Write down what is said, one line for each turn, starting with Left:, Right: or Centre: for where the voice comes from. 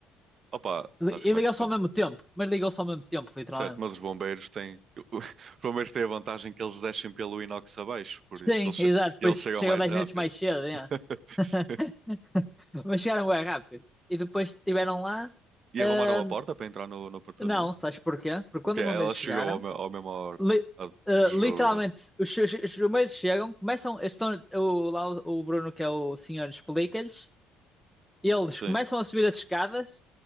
Right: Opa, sabes
Centre: Li-
Right: como
Centre: E ligou-se
Right: é que são?
Centre: ao mesmo tempo, mas ligou-se ao mesmo tempo, literalmente.
Right: Certo, mas os bombeiros têm. <laughs> Os bombeiros têm a vantagem que eles descem pelo inox abaixo, por isso
Centre: Sim,
Right: eles, che-
Centre: exato, depois
Right: e eles chegam
Centre: chegam
Right: mais
Centre: 10
Right: rápido.
Centre: minutos mais cedo, yeah.
Right: <laughs>
Centre: <laughs>
Right: Sim.
Centre: Mas chegaram bem rápido. E depois estiveram lá.
Right: E
Centre: ahm,
Right: arrumaram a porta para entrar no, no apartamento?
Centre: não, sabes porquê? Porque quando
Right: Que
Centre: os
Right: é,
Centre: bombeiros
Right: ela chegou
Centre: chegaram,
Right: ao me- à mesma hora.
Centre: li-
Right: Ah,
Centre: eh,
Right: Jura.
Centre: literalmente, os, che- os chumeiros chegam, começam, eles estão, o, lá o, o Bruno, que é o senhor, explica-lhes, eles
Right: Sim.
Centre: começam a subir as escadas,